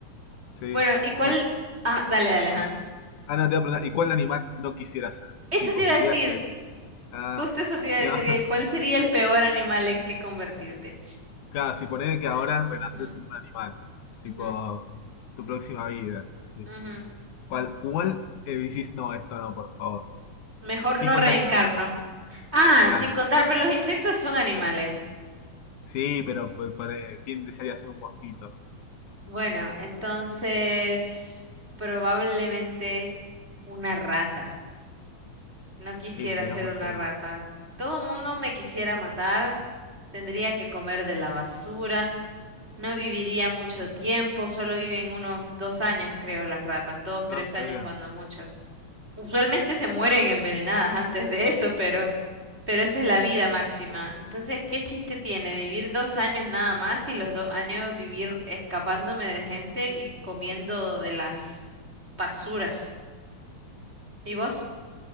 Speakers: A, on the left; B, on the right.
A: Sí.
B: Bueno, ¿y cuál?
A: Y,
B: Ah, dale, dale, ajá.
A: ah, no, te voy a preguntar, ¿y cuál animal no quisieras ser?
B: Eso
A: Tipo,
B: te iba
A: si
B: a decir,
A: tuvieras que... Ah,
B: justo eso te iba a
A: ya.
B: decir, que
A: <laughs>
B: ¿cuál sería el peor animal en que convertirte?
A: Claro, si ponés que ahora
B: Ah, ujú,
A: renaces en un animal. Tipo,
B: ujú,
A: tu próxima vida. Sí.
B: ujú.
A: ¿Cuál, cuál eh, decís, no, esto no, por favor?
B: Mejor
A: Sin
B: no
A: contar
B: reencarno.
A: insectos,
B: Ah,
A: claro.
B: sin contar, pero los insectos son animales.
A: Sí, pero po- pone, ¿quién desearía ser un mosquito?
B: Bueno, entonces probablemente una rata. No quisiera
A: Y sería
B: ser
A: muy
B: una
A: feo.
B: rata. Todo el mundo me quisiera matar. Tendría que comer de la basura. No viviría mucho tiempo, solo viven unos dos años, creo, las ratas, dos, tres
A: No, sería.
B: años cuando mucho. Usualmente se mueren envenenadas antes de eso, pero, pero esa es la vida máxima. Entonces, ¿qué chiste tiene vivir dos años nada más y los dos años vivir escapándome de gente y comiendo de las basuras? ¿Y vos?